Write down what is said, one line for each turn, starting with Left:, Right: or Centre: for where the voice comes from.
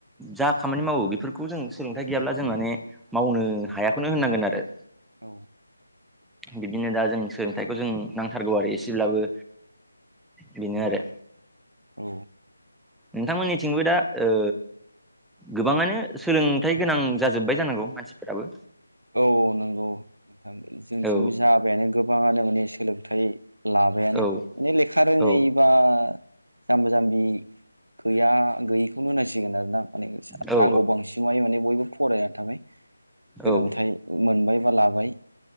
Centre: जा खामानि मावो बेफोरखौ जों सोलोंथाइ गैयाब्ला जों माने मावनो हायाखौनो होननांगोन आरो।
Right: औ
Centre: बिब्दिनो दा जों सोलोंथाइखौ जों नांथारगौ आरो एसेब्लाबो। बिनो आरो।
Right: औ
Centre: नोंथांमोननिथिंबो दा ओ गोबाङानो सोलोंथाइ गोनां जाजोब्बाय जानांगौ मानसिफोराबो।
Right: औ नंगौ नोथां जोंथिंबो
Centre: औ
Right: जाबायानो गोबाङानो माने सोलोंथाइ लाबायानो
Centre: औ
Right: माने लेखा रोङै
Centre: औ
Right: बा जाम्बा जाम्बि गैया गैयिखौनो होननांसिगोन आरोना। माने
Centre: औ
Right: नांगौ बांसिनाय माने बयबो फरायना थाबाय। सोलोंथाइ
Centre: औ
Right: मोनबाय बा लाबाय।